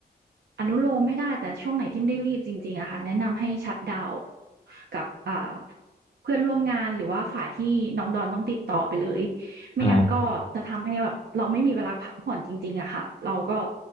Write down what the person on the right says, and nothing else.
อนุโลมให้ได้แต่ช่วงไหนที่ไม่ได้รีบจริงๆอะค่ะแนะนำให้ชัตดาวน์กับอ่าเพื่อนร่วมงานหรือว่าฝ่ายที่น้องดอนต้องติดต่อไปเลยไม่งั้นก็จะทำให้แบบเราไม่มีเวลาพักผ่อนจริงๆอะค่ะเราก็